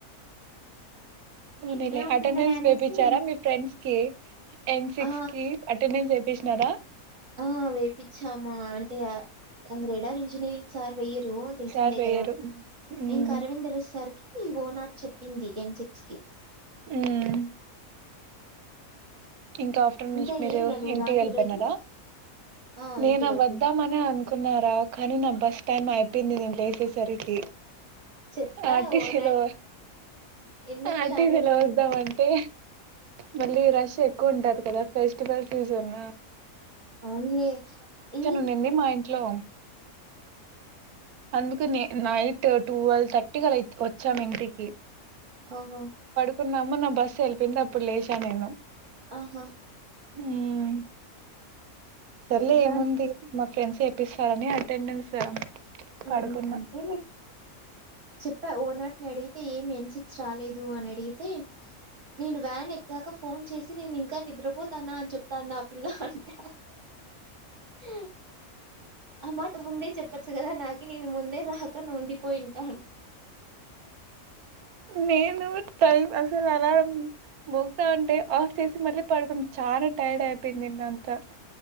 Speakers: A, on the right (about 55°); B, on the right (about 85°).
A: ఇట్లే
B: నీలే
A: ఉంటుందిలే
B: అటెండెన్స్
A: అనేసి
B: వేపిచ్చారా మీ ఫ్రెండ్స్ కి ఎన్ సిక్స్
A: ఆ
B: కి అటెండెన్స్ చూసినారా
A: ఆ వేపిచ్చాము అంటే గ్రేడర్ ఇంజనీరింగ్ సార్ వెయ తెలిసిందే
B: సార్ వేయరు
A: కదా
B: ఉమ్
A: ఇంక అరవింద ర సార్ ఈ ఓనాట్ చెప్పింది ఎన్ సిక్స్ కి
B: ఆమ్ ఇంకా ఆఫ్టర్నూన్
A: ఇంకా
B: నుంచి మీరు
A: ఏం రా నువ్వు
B: ఇంటికి
A: రాంది
B: వెళ్ళిపోయినారా
A: ఈ రోజు ఆ
B: నేను
A: ఇంటికొచ్చేసా
B: వద్దామ అని అనుకున్నారా కాని నా బస్ టైమ్ అయిపోయింది నేను లేసి వచ్చేసరికి
A: చెప్పా
B: ఆర్టీసీలో
A: ఓ నాట్ ఎందుకు
B: ఆర్టీసీలో
A: షాను
B: వద్దామంటే మళ్ళీ రష్ కొంటా కదా ఫెస్టివల్ ఫీజన్
A: అవునలే ఇ
B: ఉన్నింది మా ఇంట్లో అందుకు నే నైట్ ట్వెల్వ్ థర్టీకి ఆలా వచ్చాం ఇంటికి
A: ఆహా
B: కున్నాము నా బస్ వెళ్ళిపోయింది అప్పుడు లేచా నేను
A: ఆహా
B: ఉమ్ సర్లే
A: ఇంకా?
B: ఏముంది మా ఫ్రెండ్స్ వేపిస్తారని అటెండెన్స్
A: ఉమ్
B: కడుకున్నా
A: అంతేలే చెప్పా ఓనాటిని అడిగితే ఏమి ఎన్ సిక్స్ రాలేదు అని అడిగితే నేను వ్యాన్ ఎక్కాక ఫోన్ చేసి నేను ఇంగ నిద్రపోతానా అని చెప్తంది ఆ పిల్ల అంట హ అ మాట ముందే చెప్పచ్చు కదా నాకు నేను ముందే రాక ఉండి పోయింటా
B: నేను టైం అసలు అలారం మోగుతా ఉంటే ఆఫ్ చేసి మళ్ళీ పడుకును చానా టైర్డ్ అయిపోయింది నిన్న అంతా